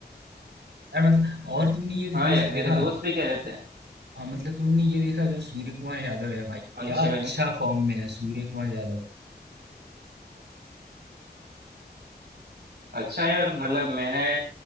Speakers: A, on the right; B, on the right.
A: यार मतलब और तुमने ये
B: हाँ
A: ये
B: यार मेरे
A: देखा
B: दोस्त भी कह रहे थे
A: हाँ मतलब तुमने ये देखा जो सूर्य कुमार यादव है भाई
B: पंछी
A: क्या अच्छा
B: वाली
A: फॉर्म में है सूर्य कुमार यादव
B: अच्छा यार मतलब मैंने